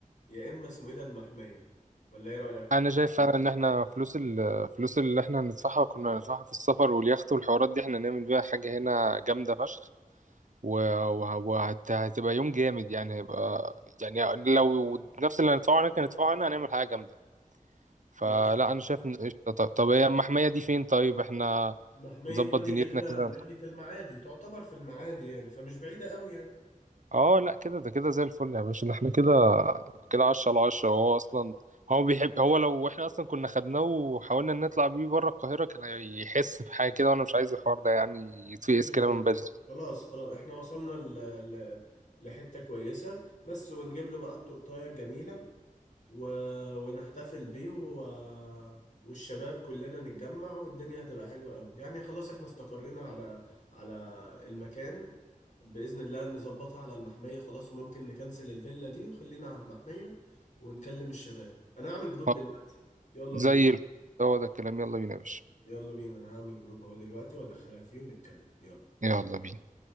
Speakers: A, on the left; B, on the right.
A: يا اما اسمه ايه ده المحمية ولا ايه رأيك؟
B: انا شايف فعلا ان احنا فلوس الفلوس اللي احنا هندفعها كنا هندفعها في السفر واليخت والحوارات دي احنا نعمل بيها حاجه هنا جامده فشخ وهتبقى يوم جامد يعني هيبقى يعني لو نفس اللي هندفعه هناك هندفعه هنا هنعمل حاجة جامدة فلا
A: ماشي
B: أنا شايف إن قشطة طب طب هي المحمية دي فين طيب إحنا
A: محمية
B: نظبط
A: وادي
B: دنيتنا
A: دجلة
B: كده
A: ناحية المعادي تعتبر في المعادي يعني فمش بعيدة قوي يعني
B: اه لا كده ده كده زي الفل يا باشا ده احنا كده كده عشرة على عشرة وهو أصلا هو بيحب هو لو احنا أصلا كنا خدناه وحاولنا نطلع بيه بره القاهرة كان هيحس بحاجة كده وأنا مش عايز الحوار ده يعني يتفقس
A: حلو
B: كده
A: جدا
B: من بدري
A: خلاص خلاص احنا وصلنا ل... ل... لحتة كويسة بس ونجيب له بقى التورتاية الجميلة و... ونحتفل بيه و... والشباب كلنا نتجمع والدنيا هتبقى حلوة قوي يعني خلاص احنا استقرينا على على المكان بإذن الله نظبطها على المحمية خلاص وممكن نكنسل الفيلا دي وخلينا على المحمية ونكلم الشباب أنا هعمل جروب
B: آه،
A: دلوقتي يلا
B: زي
A: بينا
B: الفل هو ده الكلام يلا بينا يا باشا
A: يلا بينا أنا هعمل جروب أهو دلوقتي وأدخلك فيه ونتكلم يلا
B: يلا بينا